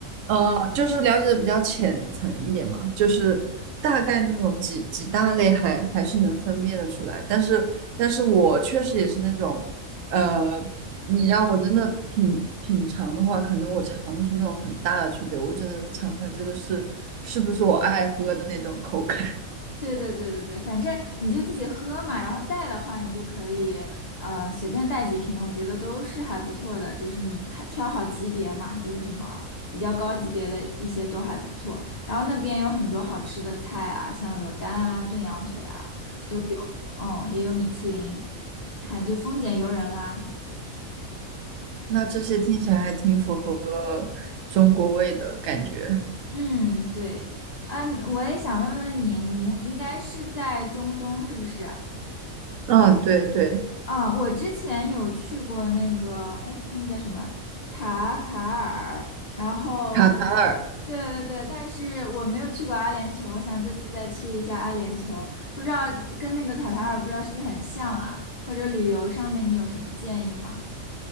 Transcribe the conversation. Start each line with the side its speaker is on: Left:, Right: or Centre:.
Right: 呃，就是了解的比较浅层一点嘛，就是大概那种几几大类还还是能分辨得出来，但是但是我确实也是那种，呃，你让我真的品品尝的话，可能我尝不出那种很大的区别，我只能尝出来这个是是不是我爱喝的那种口感。
Left: 对对对对对，反正你就自己喝嘛，然后带的话，你就可以呃随便带几瓶，我觉得都是还不错的。就是你看挑好级别嘛，就是什么比较高级别的一些都还不错。然后那边有很多好吃的菜啊，像鹅肝啊、炖羊腿啊都有，嗯，也有米其林，看就丰俭由人啦。
Right: 那这些听起来还挺符合中国味的感觉。
Left: 嗯，对，嗯，我也想问问你，你应该是在中东是不是？
Right: 啊，对对，
Left: 啊，我之前有去过那个，哎，那个叫什么塔卡尔，然后，
Right: 卡塔尔。
Left: 对对对，但是我没有去过阿联酋，我想这次再去一下阿联酋，不知道跟那个卡塔尔不知道是不是很像啊？或者旅游上面你有什么建议吗？